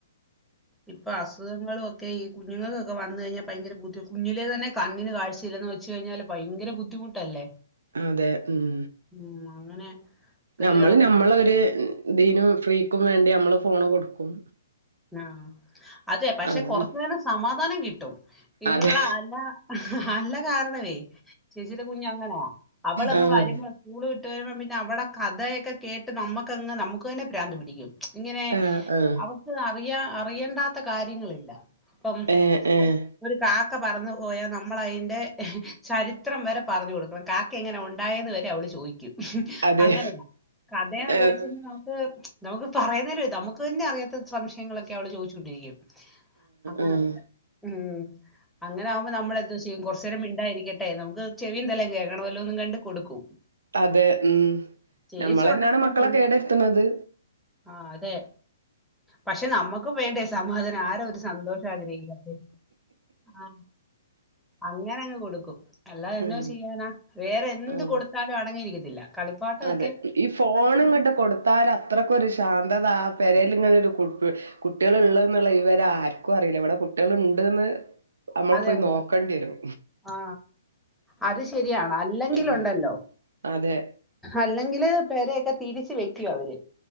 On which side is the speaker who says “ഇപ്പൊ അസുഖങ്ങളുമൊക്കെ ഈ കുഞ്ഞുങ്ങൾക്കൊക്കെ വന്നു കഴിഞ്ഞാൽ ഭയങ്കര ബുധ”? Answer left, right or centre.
Centre